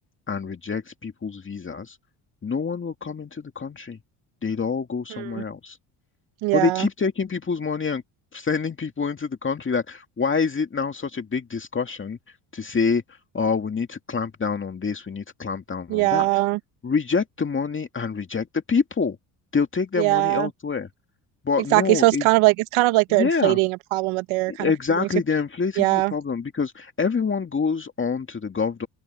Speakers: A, on the left (about 25°); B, on the right (about 75°).
A: and rejects people's visas, no one will come into the country. They'd all go somewhere
B: Hmm.
A: else.
B: Yeah,
A: But they keep taking people's money and sending people into the country. Like, why is it now such a big discussion to say, oh, we need to clamp down on this, we need to clamp down
B: yeah,
A: on that? Reject the money and reject the people. They'll take their
B: yeah.
A: money elsewhere. But
B: Exactly.
A: no,
B: So it's
A: it,
B: kind of like it's kind of like
A: yeah.
B: they're inflating a problem that they're kind
A: Exactly,
B: of contributing to.
A: they're inflating
B: Yeah.
A: the problem because everyone goes on to the gov.uk